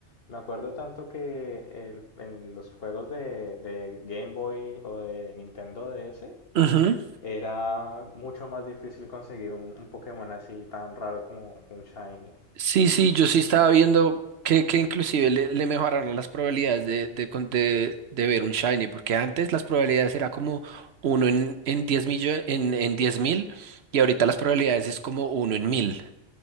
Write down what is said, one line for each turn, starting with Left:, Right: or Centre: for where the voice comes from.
Left: me acuerdo tanto que el- en los juegos de, de Game Boy o de Nintendo DS
Right: Ujú.
Left: era mucho más difícil conseguir un, un Pokémon así tan raro como un Shiny.
Right: Sí, sí, yo sí estaba viendo que, que inclusive le, le mejoraron las probabilidades de, de, con- de, de ver un shiny, porque antes las probabilidades era como uno en, en 10 millo- en, en 10 mil, y ahorita las probabilidades es como uno en mil,